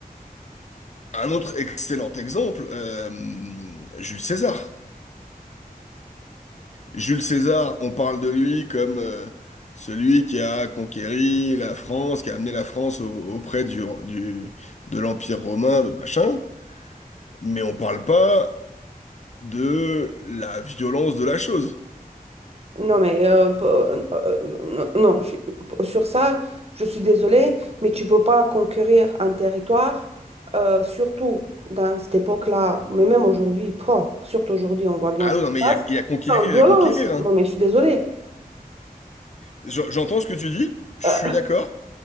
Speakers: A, on the left; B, on the right.
A: un autre excellent exemple, euh, Jules César. Jules César, on parle de lui comme euh, celui qui a conquéri la France, qui a amené la France au- auprès du, du- de l'Empire romain, de machin. mais on parle pas de la violence de la chose.
B: Non, mais euh, p- euh, euh, non, non, je- p- sur ça, je suis désolée, mais tu peux pas conquérir un territoire, euh, surtout dans cette époque-là, mais même aujourd'hui, pouah, surtout aujourd'hui, on voit bien
A: Ah
B: ce
A: non,
B: qui
A: non,
B: se
A: mais
B: passe,
A: il y a, il y a conquérir
B: sans violence.
A: et conquérir, hein.
B: Non, mais je suis désolée.
A: Je- J'entends ce que tu dis, je
B: Euh,
A: suis d'accord,